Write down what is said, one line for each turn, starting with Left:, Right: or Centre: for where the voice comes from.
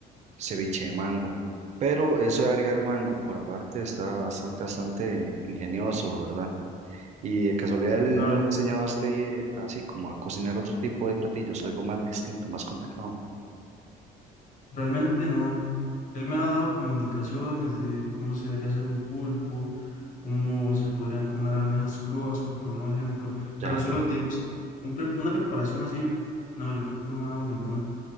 Right: ceviche de mango. Pero eso de agregar el mango por aparte está bastante, bastante ingenioso, ¿verdad? Y de casualidad, ¿él
Left: Claro.
Right: ¿no le ha enseñado a usted eh, así como a cocinar otro tipo de platillos, algo más distinto, más complicado?
Left: Realmente no. Él me ha dado como indicaciones de cómo se debería hacer un pulpo, cómo se podrían comer almejas crudas, por poner un ejemplo,
Right: Ya,
Left: pero solo
Right: ya.
Left: tips. Un pre- una preparación así, no, yo creo que no me ha dado ninguna.